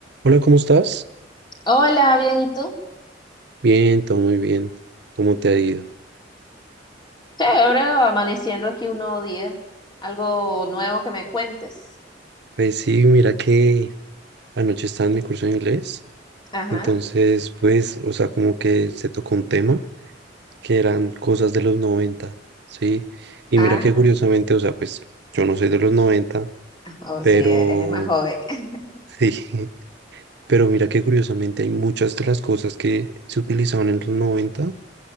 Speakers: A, on the right (about 60°); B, on the left (about 25°).
A: Hola, ¿cómo estás?
B: Hola, bien, ¿y tú?
A: Bien, todo muy bien. ¿Cómo te ha ido?
B: Chévere, amaneciendo aquí un nuevo día. Algo nuevo que me cuentes.
A: Pues sí, mira que anoche estaba en mi curso de inglés,
B: Ajá,
A: entonces pues, o sea, como que se tocó un tema que eran cosas de los 90, ¿sí? Y
B: ajá,
A: mira que curiosamente, o sea, pues yo no soy de los 90,
B: o
A: pero
B: si eres más joven. <laughs>
A: sí, <laughs> pero mira que curiosamente hay muchas de las cosas que se utilizaban en los noventa.